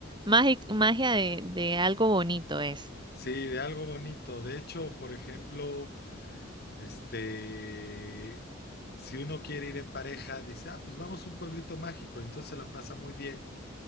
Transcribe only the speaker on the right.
Magi- magia de, de algo bonito es.